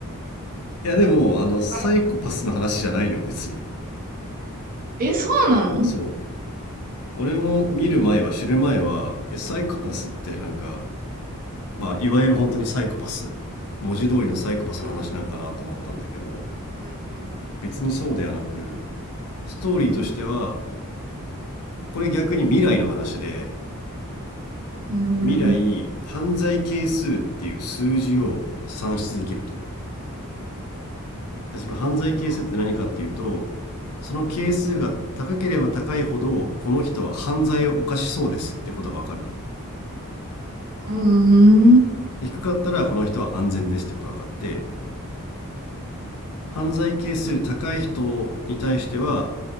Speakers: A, on the left; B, on the right.
A: いやでも、あの、サイコパスの話じゃないのよ、
B: <laughs>
A: 別に。
B: え、そうなの
A: そう。俺も見る前は、知る前は、え、サイコパスってなんか、まあ、いわゆる本当にサイコパス。文字通りのサイコパスの話なんかなと思ったんだけど、
B: うん、うん、
A: 別にそうではなく、ストーリーとしては、
B: うん、
A: これ逆に未来の話で、
B: うん。う
A: 未来
B: ーん。
A: 犯罪係数っていう数字を算出できるとでその犯罪係数って何かっていうと
B: は
A: その係数が高ければ高いほどこの人は犯罪を犯しそうですっていうことが分かるのよ
B: あ、うーん。うん、
A: で低かったらこの人は安全ですってことが分かって犯罪係数高い人に対しては